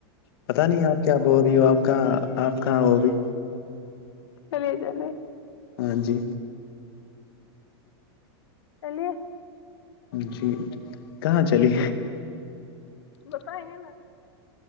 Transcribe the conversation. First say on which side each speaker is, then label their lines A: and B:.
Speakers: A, on the left; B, on the left.
A: پتا نہیں آپ کیا بول رہی ہو آپ کہاں آپ کہاں وہ بھی
B: چلیے چلے
A: ہاں جی
B: چلیے
A: جی کہاں چلی
B: بتائے ہیں نا